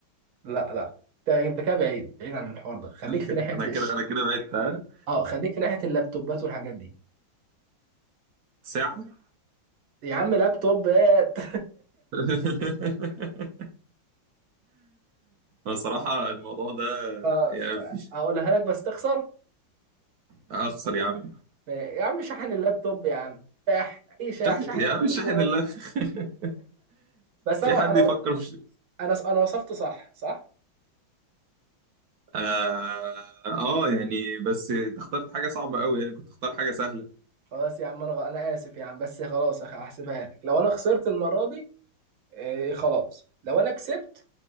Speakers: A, on the right; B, on the right.
A: لا لا انت انت كده بعيد بعيد عن الحوار ده خليك
B: انا
A: في
B: كده
A: ناحية
B: انا
A: الش...
B: كده انا كده بعدت ها؟
A: اه خليك في ناحية اللابتوبات والحاجات دي
B: ساعه
A: يا عم لابتوبات
B: <laughs> أنا صراحه الموضوع ده
A: <laughs> خلاص
B: يعني مفيش
A: هقولها لك بس تخسر
B: اخسر يا عم
A: يا عم شحن اللابتوب يا عم شحن اي شحن
B: شاهد
A: شحن
B: يا
A: التليفون
B: عم شاهد الله <laughs>
A: بس
B: في
A: انا
B: حد
A: انا
B: يفكر في
A: انا انا وصفت صح صح
B: اه آه، يعني بس انت اخترت حاجة صعبة قوي يعني كنت اختار حاجة سهلة
A: خلاص يا عم انا غ- انا اسف يا عم بس خلاص هخ- هحسبها لك لو انا خسرت المرة دي آه خلاص لو انا كسبت